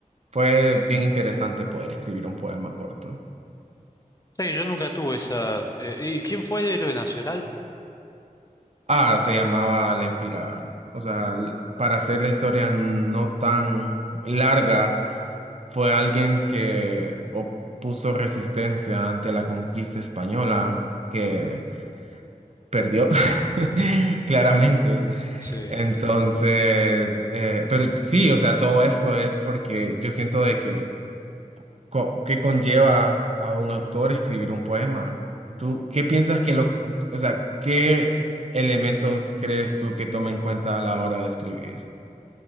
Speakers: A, on the right; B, on the left.
A: fue bien interesante poder escribir un poema corto.
B: Sí, yo nunca tuve esa. eh, ¿y quién fue el héroe nacional?
A: Ah, se llamaba La Empírada. O sea, l- para hacer la historia no tan larga, fue alguien que opuso resistencia ante la conquista española, que perdió, <laughs> claramente.
B: Sí.
A: Entonces, eh, pero sí, o sea, todo esto es porque yo siento de que, co- que conlleva a un autor escribir un poema. ¿Tú qué piensas que lo, o sea, qué elementos crees tú que toma en cuenta a la hora de escribir?